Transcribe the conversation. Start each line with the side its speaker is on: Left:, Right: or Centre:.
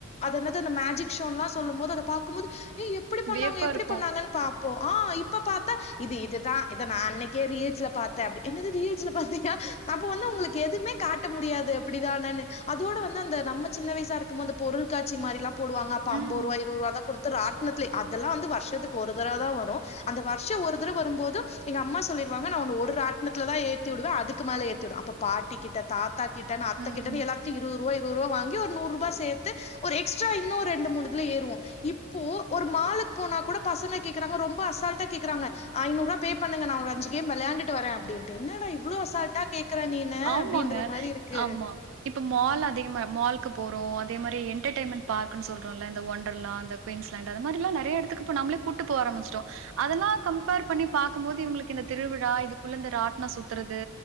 Left: அதன்னது அந்த மேஜிக் ஷோன்லா சொல்லும் போது அத பாக்கும்போது ஏ எப்பிடி பண்ணாங்க
Right: வியப்பா
Left: எப்பிடி
Right: இருக்கும்.
Left: பண்ணாங்கன் பாப்போ ஆ இப்ப பாத்தா இது இதுதா இத நா அன்னைக்கே ரீஜ்ல பாத் த்த அப்டி என்னது ரீல்ஸ்ல பாத்தீங்கா அப்ப வந்து உங்களுக்கு எதுமே காட்ட முடியாது அப்டிதான அதோட வந்து அந்த நம்ம சின்ன வயசா இருக்கு போது அந்த பொருள்‌‌ காட்சி மாதிரிலா போவாங்க அப்ப
Right: ம்.
Left: அம்பது ரூபா இருவது ரூபா தா குடுத்து ராட்ணத்துலே அதெல்லா வந்து வருஷத்துக்கு ஒரு தரவ தா வரு அந்த வருஷோ ஒரு தடவ வரும்போது எங்க அம்மா சொல்லிருவாங்க நா ஒன்ன ஒரு ராட்ணத்துல தா ஏத்தி விடுவே அதுக்கு மேல ஏத்தி விடுவே அப்போ பாட்டி கிட்ட தாத்தா கிட்டனு அத்த
Right: ம்.
Left: கிட்டன்னு எல்லாத்தையு இருதுபா இருபது ரூபா வாங்கி ஒரு நூறுரூபா சேத்து ஒரு எக்ஸ்ட்ரா இன்னு ரெண்டு மூணுதுல ஏறுவோ இப்போ ஒரு மாலுக்கு போனா கூட பசங்க கேக்குறாங்க ரொம்ப அசால்டா கேக்குறாங்க ஐநூறுவா பே பண்ணுங்க நா ஒரு அஞ்சுகேம் வெளையாண்டுட்டு வரேனு அப்டின்டு என்னடா இவ்வளோ அசால்டா கேக் க்குறானே நீன
Right: ஆமாங்க.
Left: அப்டின்ற மாரி இருக்கு
Right: ஆமா. இப்ப மால் அதிகமா மாலுக்கு போறோ அதே மாதிரி என்டர்டயமெட் பார்க்ன்னு சொல்றோம்ல இந்த ஒண்டர்லா அந்த குயின்ஸ்லாண்ட் அது மாரிலா நெறையா எடத்துக்கு இப்ப நம்மளே கூட்டு போக ஆரம்பிச்சுட்டோ அதெல்லா கம்பேர் பண்ணி பாக்கும்போது இவங்களுக்கு இந்த திருவிழா இது குழந்த ஆட்னா சுத்துறது